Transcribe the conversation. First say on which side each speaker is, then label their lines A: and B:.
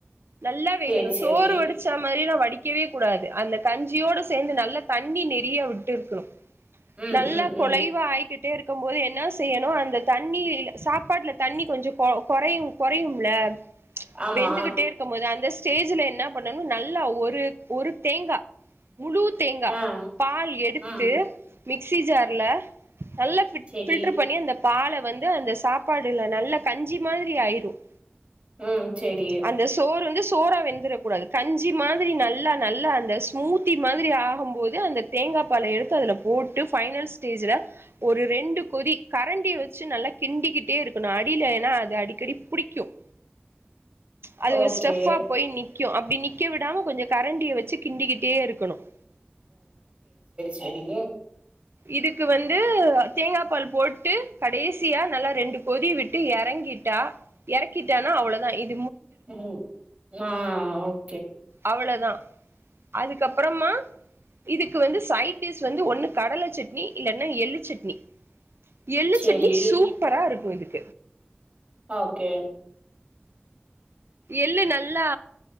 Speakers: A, on the right (about 70°); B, on the right (about 30°).
A: நல்லா வேகணும்
B: சேரி சேரி
A: சோறு வடிச்சா மாரி நான் வ படிக்கவே கூடாது அந்த கஞ்சியோடு சேந்து நல்ல தண்ணி நெறய வுட்டு இருக்கணும்
B: ம்
A: நல்லா
B: ம் ம்
A: குலைவா ஆயிக்கிட் <unintelligible> போது என்ன செய்யணும் அந்த தண்ணி சாப்பாடுல தண்ணி கொஞ்சம் குறையும் குறையும்ல
B: ஆமா
A: வெந்துகிட்டே இருக்கும் போது அந்த ஸ்டேஜ்ல என்ன பண்ணனும் நல்லா ஒரு ஒரு தேங்கா முழு தேங்கா
B: ஆ
A: பால் எடுத்து
B: ம்
A: மிக்ஸி ஜார்ல நல்லா ஃபிட்
B: சேரி
A: ஃபில்டர் பண்ணி அந்த பால வந்து அந்த சாப்பாடுல நல்லா கஞ்சி மாதிரி ஆயிடும்
B: ம் சேரி
A: அந்த சோறு வந்து சோறா வெந் க்கூடாது கஞ்சி மாதிரி நல்லா நல்லா அந்த ஸ்மூத்தி மாதிரி ஆகும் போது அந்த தேங்கா பால எடுத்து அதுல போட்டு ஃபைனல் ஸ்டேஜ்ல ஒரு ரெண்டு கொதி கரண்டிய வச்சு நல்லா கிண்டிக்கிட்டே இருக்கணும் அடியில ஏன்னா அது அடிக்கடி புடிக்கும் அது ஒரு
B: ஓகே
A: ஸ்டெஃபா போய் நிக் அப்டி நிக்க விடாம கொஞ்சம் கரண்டிய வச்சு கிண்டிக்கிட்டே இருக்கணும்
B: செரிங்க
A: இதுக்கு வந்து தேங்கா பால் போட்டு கடைசியா நல்லா ரெண்டு கொதி விட்டு எறங்கிட்டா எறக்கிட்டாலும் அவ்வளதான் இது
B: உம் ஆஹ் ஆஹ்
A: அவ்வளதான் அதுக்கப்பறமா இதுக்கு வந்து சைடு டிஷ் வந்து ஒண்ணு கடல சட்னி இல்லன்னா எள்ளு சட்னி எள்ளு
B: சேரி
A: சட்னி சூப்பரா இருக்கும் இதுக்
B: ஓகே
A: எள்ளு நல்லா